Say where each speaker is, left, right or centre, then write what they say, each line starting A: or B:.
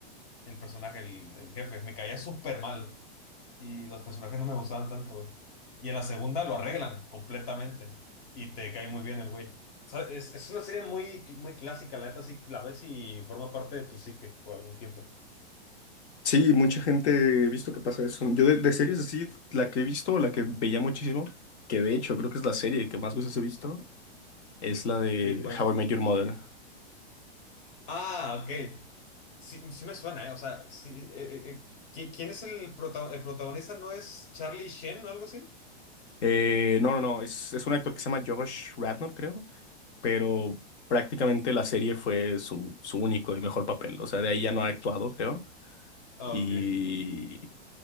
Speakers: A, on the left (about 55°); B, on the left (about 80°).
A: el personaje, el, el jefe, me caía súper mal y los personajes no me gustaban tanto. Y en la segunda lo arreglan completamente y te cae muy bien el güey. O sea, es, es una serie muy, muy clásica, la neta sí la ves y forma parte de tu psique por algún tiempo.
B: Sí, mucha gente he visto que pasa eso. Yo de, de series así, la que he visto, la que veía muchísimo, que de hecho creo que es la serie que más veces he visto, es la de
A: Big Bang.
B: How I Met Your Mother.
A: Ah, ok. Sí, sí me suena, ¿eh? O sea, sí, eh, eh, eh, ¿qui- ¿quién es el, prota- el protagonista? ¿No es Charlie Sheen o algo así?
B: Eh, no, no, no, es, es un actor que se llama Josh Radnor, creo. pero prácticamente la serie fue su, su único y mejor papel. O sea, de ahí ya no ha actuado, creo.
A: Ah,
B: Y,
A: ok.